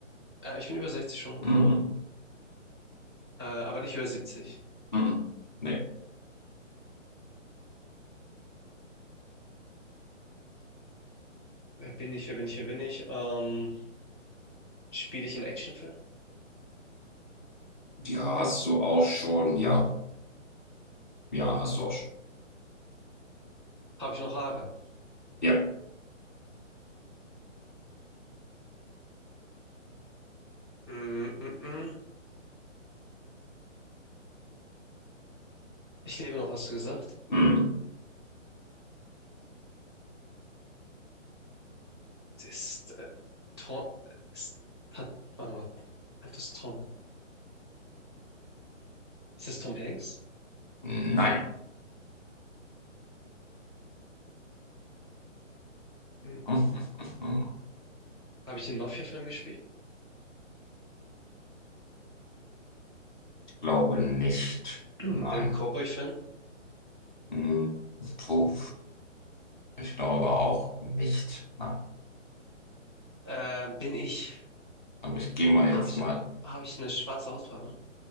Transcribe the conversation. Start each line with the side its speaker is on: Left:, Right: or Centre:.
Right: Äh, ich bin über 60 schon, okay.
Left: Mhm.
Right: Äh, aber nicht über 70.
Left: Mhm. Nee,
Right: Wer bin ich, wer bin ich, wer bin ich? Ähm, spiele ich in Actionfilmen?
Left: die hast du auch schon, ja. Ja, hast du auch schon.
Right: Habe ich noch Haare?
Left: Ja.
Right: Mm, mm, mm. Ich lebe noch, hast du gesagt?
Left: Mhm.
Right: Ist, äh, Tom, ist, hat, warte mal, hat das Tom, ist das Tom Hanks?
Left: Nein.
Right: Mm.
Left: <laughs>
Right: Habe ich in Mafia-Film gespielt?
Left: Ich glaube nicht.
Right: <clears throat>
Left: Nein.
Right: In Cowboy-Film?
Left: Mhm. Puh. Ich glaube auch nicht. Nein.
Right: Ähm, bin ich,
Left: Aber ich gehe mal
Right: habe
Left: jetzt
Right: ich,
Left: mal.
Right: habe ich eine schwarze Hautfarbe?